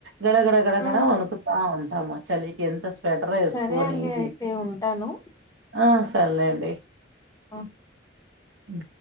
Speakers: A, on the right; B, on the left.
A: గడగడ గడగడ
B: ఉ
A: వణుకుతా ఉంటాము చలికి ఎంత స్వెటర్ ఎస్కొని
B: సరే అండి
A: <unintelligible>
B: అయితే ఉంటాను
A: సర్లే అండి
B: ఆ
A: అ